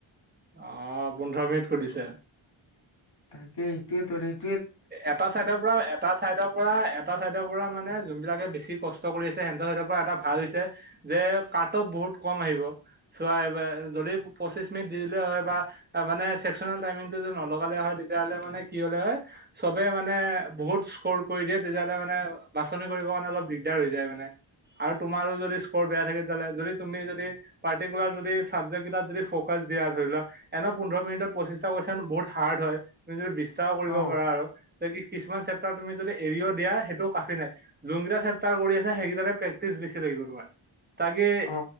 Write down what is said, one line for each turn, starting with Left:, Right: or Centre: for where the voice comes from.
Right: অ' পোন্ধৰ মিনিট সুধিছে।
Left: তাকে ইটোৱে তৰে
Right: এটা চাইডৰ পৰা, এটা চাইডৰ পৰা, এটা চাইডৰ পৰা, মানে যোনবিলাকে বেছি কষ্ট কৰি আছ সিহঁতৰ সিহঁতৰ পৰা এটা ভাল হৈছে যে কাট অফ বহুত কম আহিব, চোৱা যদি পঁচিশ মিনিট দি দিলে হয় বা মানে চেক্সনেল টাইমিং টো যদি নলগালে হয় তেতিয়াহ'লে মানে কি হ'লে হয় চবে মানে বহুত স্ক'ৰ কৰি দিয়ে তেতিয়াহ'লে মানে বাছনি কৰিব কাৰণে অলপ দিগদাৰ হৈ যায় মানে আৰু তোমাৰো যদি স্ক'ৰ বেয়া থাকে তেতিয়াহ'লে যদি তুমি যদি পাৰ্টিকুলাৰ যদি চাবজেক্ট কেইটাত যদি ফ'কাচ দিয়া, ধৰি লোৱা এনে পোন্ধৰ মিনিটত পঁচিশটা কুৱেশচন বহুত হাৰ্ড হয় তুমি যদি বিছ ট্ৰাই কৰিব
Left: অ
Right: পাৰা আৰু। কিছুমান চেপ্তাৰ তুমি যদি এৰিও দিয়া সেইটো কাফি নাই, যোনকেইটা চেপ্তাৰ কৰি আছা সেইকেইটাতে প্ৰেক্টিচ বেছি লাগিব তোমাৰ। তাকে,
Left: অ